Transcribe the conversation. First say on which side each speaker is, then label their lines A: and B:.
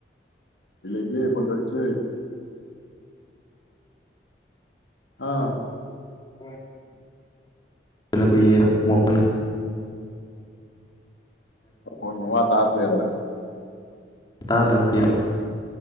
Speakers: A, on the left; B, on the left.
A: ꯀꯩ ꯂꯩꯒꯦ ꯐꫭꯟ‌ꯇꯧꯔꯛ ꯏꯖꯦ ꯑꯥ
B: ꯍꯣꯏ ꯑꯗꯨꯅꯔ ꯃꯀꯟ
A: ꯃꯥ ꯈꫭꯟ ꯃꯥꯋꯥ ꯇꯗ꯭ꯔꯦꯗ
B: ꯇꯥꯗꯕ ꯀꯨꯏꯔꯦ